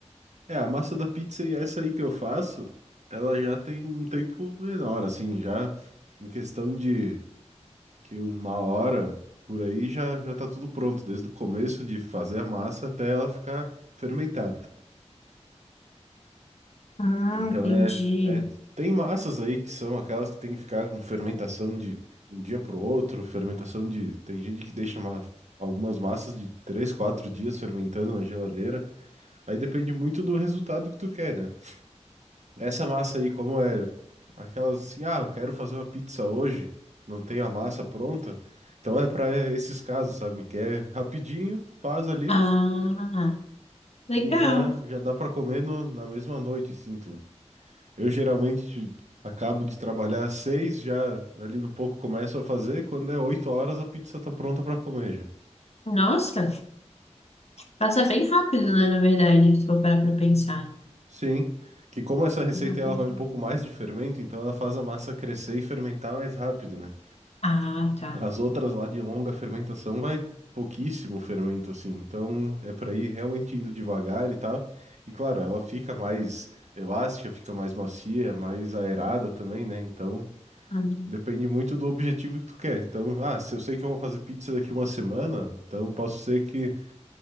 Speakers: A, on the right (about 75°); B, on the left (about 65°).
A: É, a massa da pizza e essa aí que eu faço, ela já tem um tempo menor, assim, já em questão de que uma hora por aí já, já tá tudo pronto, desde o começo de fazer a massa até ela ficar fermentada.
B: Ah,
A: Então
B: entendi.
A: é, é, tem massas aí que são aquelas que tem que ficar com fermentação de um dia pro outro, fermentação de, tem gente que deixa ma- algumas massas de três, quatro dias fermentando na geladeira. Aí depende muito do resultado que tu quer, né? Essa massa aí, como é aquelas assim, ah, eu quero fazer uma pizza hoje, não tenho a massa pronta. Então é para esses casos, sabe? Que é rapidinho, faz ali
B: Ah, legal.
A: e já já dá para comer no- na mesma noite, sinto. Eu geralmente acabo de trabalhar às seis, já ali um pouco começo a fazer, quando é oito horas a pizza tá pronta para comer já.
B: Nossa, passa bem rápido, né, na verdade, se for parar pra pensar.
A: Sim, que como essa receita
B: Rapidinho.
A: ela vai um pouco mais de fermento, então ela faz a massa crescer e fermentar mais rápido, né?
B: Ah, tá.
A: As outras lá de longa fermentação vai pouquíssimo fermento, assim. Então é para ir realmente indo devagar e tal. E claro, ela fica mais elástica, fica mais macia, mais aerada também, né? Então
B: Ah,
A: depende muito do objetivo que tu quer. Então, ah, se eu sei que eu vou fazer pizza daqui uma semana, então posso ser que